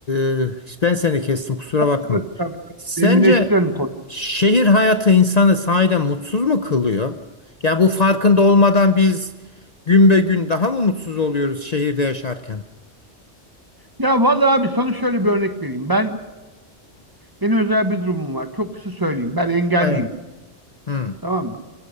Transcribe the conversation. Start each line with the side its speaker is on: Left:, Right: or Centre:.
Left: e, ben seni kestim kusura
Right: Tabii
Left: bakma.
Right: tabii tabii. tabii.
Left: Sence
Right: Derinleştirelim konuyu.
Left: şehir hayatı insanı sahiden mutsuz mu kılıyor? Ya bu farkında olmadan biz gün be gün daha mı mutsuz oluyoruz şehirde yaşarken?
Right: Ya vallahi abi sana şöyle bir örnek vereyim. Ben benim özel bir durumum var. Çok kısa söyleyeyim. Ben engelliyim.
Left: Aynen. Hmm,
Right: Tamam mı?